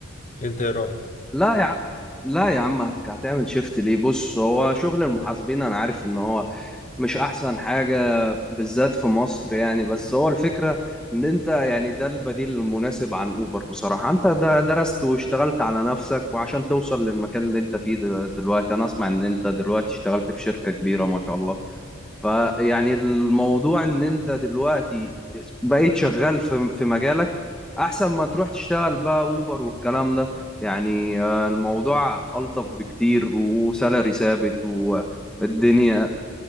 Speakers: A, on the left (about 35°); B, in the centre.
A: انت ايه رأيك؟
B: لا يا عم لا يا عم هت- هتعمل شيفت ليه بص هو شغل المحاسبين انا عارف ان هو مش احسن حاجة بالذات في مصر يعني بس هو الفكرة ان انت يعني ده البديل المناسب عن اوبر بصراحة انت ده درست واشتغلت على نفسك وعشان توصل للمكان اللي انت فيه د- دلوقتي انا اسمع ان انت دلوقتي اشتغلت في شركة كبيرة ما شاء الله فيعني الموضوع ان انت دلوقتي بقيت شغال في في مجالك احسن ما تروح تشتغل بقى اوبر والكلام ده يعني آه، الموضوع الطف بكتير وسالري ثابت والدنيا